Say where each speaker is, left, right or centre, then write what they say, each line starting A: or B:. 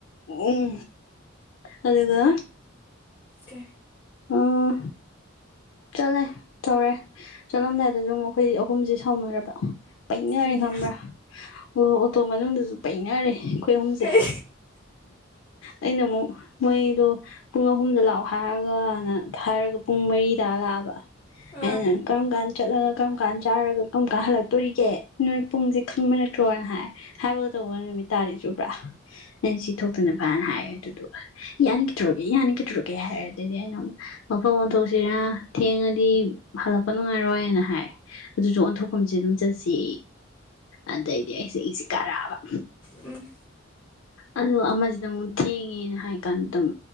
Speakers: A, on the left; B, on the left.
A: ꯎꯝ ꯑꯗꯨ ꯑꯗꯨ
B: ꯑꯣꯀꯦ
A: ꯎꯝ ꯆꯠꯂꯦ ꯇꯧꯔꯦ ꯆꯠꯂꯝꯗꯥꯏꯗꯁꯨ ꯑꯩꯈꯣꯏ ꯑꯍꯨꯝꯁꯦ ꯁꯥꯎꯅꯔꯕ ꯄꯩꯅꯔꯦ
B: ꯀꯩꯒꯤ
A: ꯈꯪꯕ꯭ꯔꯥ ꯑꯣ ꯑꯣꯇꯣ ꯃꯅꯨꯡꯗꯁꯨ ꯄꯩꯅꯔꯦ ꯑꯩꯈꯣꯏ ꯑꯍꯨꯝꯁꯦ
B: ꯀꯩ
A: ꯑꯩꯅ ꯑꯃꯨꯛ ꯃꯣꯏꯗꯣ ꯄꯨꯡ ꯑꯍꯨꯝꯗ ꯂꯥꯛꯑꯣ ꯍꯥꯏꯔꯒꯅ ꯊꯥꯔꯒ ꯄꯨꯡ ꯃꯔꯤꯗꯥ ꯂꯥꯛꯑꯕ
B: ꯑꯥ
A: ꯑꯩꯅ ꯀꯔꯝ ꯀꯥꯟ ꯆꯠꯂꯒ ꯀꯔꯝ ꯀꯥꯟ ꯆꯥꯔꯒ ꯀꯔꯝ ꯀꯥꯟ ꯍꯜꯂꯛꯇꯣꯔꯤꯒꯦ ꯅꯣꯏ ꯄꯨꯡꯁꯦ ꯈꯪꯕ ꯅꯠꯇ꯭ꯔꯣ ꯁ꯭ꯔꯣꯅ ꯍꯥꯏ ꯍꯥꯏꯕꯒ ꯇꯧꯕ ꯅꯨꯃꯤꯠ ꯇꯥꯔꯤ ꯆꯕ꯭ꯔꯥ ꯑꯩꯅ ꯁꯤ ꯊꯣꯛꯇꯅꯕꯅ ꯍꯥꯏꯌꯦꯦ ꯑꯗꯨꯗꯨꯒ ꯌꯥꯅꯤ ꯀꯗꯣꯔꯛꯀꯦ ꯌꯥꯅꯤ ꯀꯗꯣꯔꯛꯀꯦ ꯍꯥꯏꯔ ꯑꯗꯨꯗꯤ ꯑꯩꯅ ꯑꯃꯨꯛ ꯃꯐꯝ ꯑꯣꯟꯊꯣꯛꯁꯤꯔꯥ ꯊꯦꯡꯉꯗꯤ ꯍꯜꯂꯛꯄ ꯅꯨꯡꯉꯥꯏꯔꯣꯏꯅ ꯍꯥꯏ ꯑꯗꯨꯁꯨ ꯑꯣꯟꯊꯣꯛꯐꯝꯁꯦ ꯑꯗꯨꯝ ꯆꯠꯁꯤ ꯑꯗꯩꯗꯤ ꯑꯩꯁꯦ ꯑꯩꯁꯦ ꯀꯥꯔꯛꯑꯕ
B: ꯎꯝ
A: ꯑꯣ ꯑꯃꯁꯤꯗ ꯑꯃꯨꯛ ꯊꯦꯡꯉꯦꯅ ꯍꯥꯏ ꯀꯥꯟꯗ ꯑꯗꯨꯝ